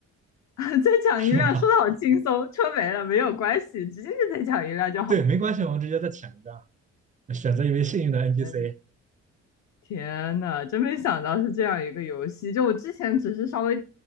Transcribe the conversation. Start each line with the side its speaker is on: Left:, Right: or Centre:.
Left: <laughs> 再抢一辆，
Right: 是吗？
Left: 说的好轻松，车没了没有关系，直接就再抢一辆就好。
Right: <laughs> 对，没关系，我们直接再抢一辆。选择一位幸运的 NPC，
Left: 哎天呐，真没想到是这样一个游戏。就我之前只是稍微